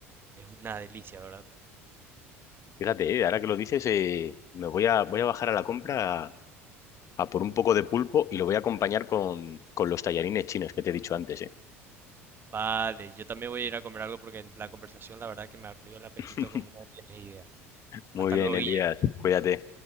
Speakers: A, on the right (about 30°); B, on the left (about 45°).
A: Es una delicia, ¿verdad?
B: Fíjate, eh, ahora que lo dices, eh, me voy a, voy a bajar a la compra a, a por un poco de pulpo y lo voy a acompañar con, con los tallarines chinos que te he dicho antes, eh.
A: Vale, yo también voy a ir a comer algo porque la conversación, la verdad, que me abrió el apetito
B: <laughs>
A: como no tienes idea.
B: Muy
A: Hasta
B: bien,
A: luego,
B: Elías,
A: Guille.
B: cuídate.